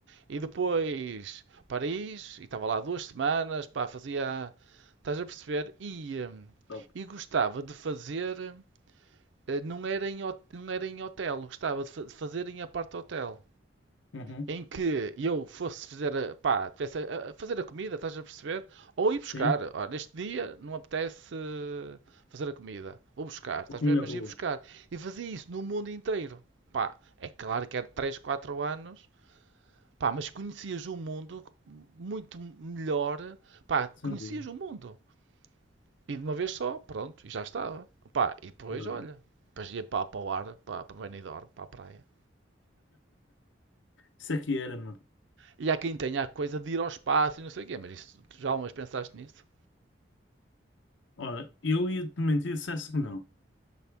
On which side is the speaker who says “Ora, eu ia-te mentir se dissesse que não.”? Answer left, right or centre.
Left